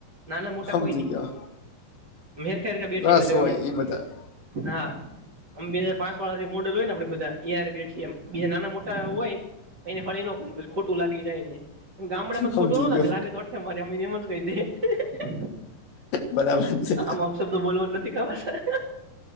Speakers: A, on the right (about 35°); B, on the left (about 70°).
A: નાના મોટા
B: સમજી
A: કોઈ નહી
B: ગયો
A: હરખ હેરખા બેઠી
B: રસ
A: છે એ
B: હોય બધા
A: હા અમે બે હજ પાંચ વાળા મોડ હોય ને આપડે બધા અં બેઠ મ બીજા નાના મોટા હોય એને હળી ન કરી પછ ખોટું લાગી જાયને ગામડામાં જ
B: સમજી
A: ખોટું ન લાગે
B: ગયો
A: લાગે તો મારી અમ્ી ને એમ જ કઈ દી
B: બરાબર છે
A: આમ આપપ શબ્દ બોલવાનું નથી ખબ